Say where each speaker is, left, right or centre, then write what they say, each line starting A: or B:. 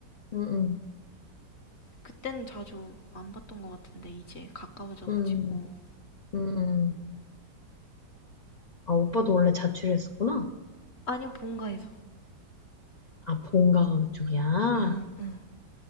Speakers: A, on the left; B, on the left.
A: 응, 응,
B: 그때는 자주 안 봤던 것 같은데 이제 가까워져가지고
A: 응, 응. 응. 아, 오빠도 원래 자취를 했었구나?
B: 아니요 본가에서
A: 아, 본가가 그쪽이야?
B: 응 응.